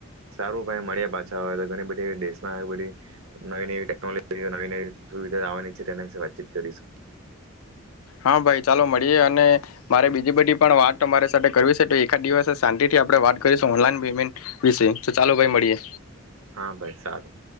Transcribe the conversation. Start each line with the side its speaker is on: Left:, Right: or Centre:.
Right: સારું ભાઈ મળ્યા પાછા હોય તો ઘણી બધી દેશમાં આવી બધી નવી નવી ટેકનોલોજી નવી નવી સુવિધા લાવવાની છે તેના વાતચીત કરીશું
Left: હા ભાઈ ચાલો મળીએ અને મારે બીજી બધી પણ વાત અરી સાથે કરવી છે તો એકાદ દિવસ શાંતિથી આપણે વાત કરીશું ઓનલાન પેમેન્ટ વિશે તો ચાલો ભાઈ મળીએ
Right: હા ભાઈ સારું